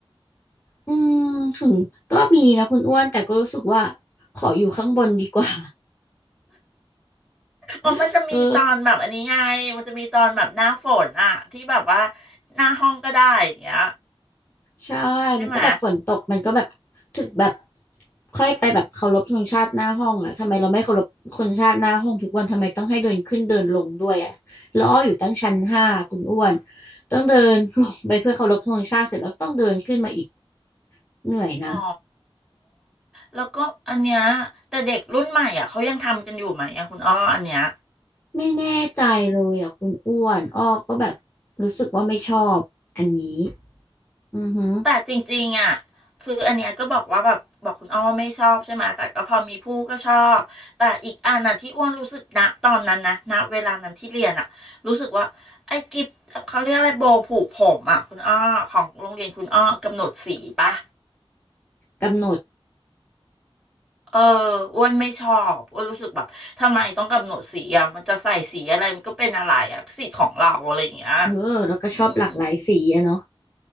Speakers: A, on the left; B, in the centre.
A: อืมถึงก็มีนะคุณอ้วนแต่ก็รู้สึกว่าขออยู่ข้างบนดีกว่า
B: อ๋อมันจะมีตอนแบบอันนี้ไงมันจะมีตอนแบบหน้าฝนอะที่แบบว่า
A: <laughs> เออ
B: หน้าห้องก็ได้อย่างเงี้ย
A: ใช่มันก็แบบฝนตกมันก็แบบถึกแบบ
B: ใช่ไหม
A: ค่อยไปแบบเคารพธงชาติหน้าห้องอะทำไมเราไม่เคารพคนชาติหน้าห้องทุกวัน ทำไมต้องให้เดินขึ้นเดินลงด้วยอะแล้วอ้ออยู่ตั้งชั้นห้าคุณอ้วน ต้องเดินลงไปเพื่อเคารพธงชาติเสร็จแล้วต้องเดินขึ้นมาอีกเหนื่อยนะ
B: อ๋อแล้วก็อันเนี้ยแต่เด็กรุ่นใหม่อ่ะเขายังทำกันอยู่ไหมอ่ะคุณอ้ออันเนี้ย
A: ไม่แน่ใจเลยอะคุณอ้วนอ้อก็แบบรู้สึกว่าไม่ชอบอันนี้อือหือ
B: แต่จริงๆอ่ะคืออันเนี้ยก็บอกว่าแบบบอกคุณอ้อว่าไม่ชอบใช่ไหมแต่ก็พอมีผู้ก็ชอบแต่อีกอันน่ะที่อ้วนรู้สึกณตอนนั้นนะณเวลานั้นที่เรียนอ่ะรู้สึกว่าไอ้กิฟต์เขาเรียกอะไรโบว์ผูกผมอ่ะคุณอ้อของโรงเรียนคุณอ้อกำหนดสีปะ
A: กำหนด
B: เอออ้วนไม่ชอบอ้วนรู้สึกแบบทำไมต้องกำหนดสีอ่ะ มันจะใส่สีอะไรมันก็เป็นอะไรอ่ะสิทธิ์ของเราอะไรอย่างเงี้ย
A: เออแล้วก็ชอบหลากหลายสีอะเนาะ
B: อืม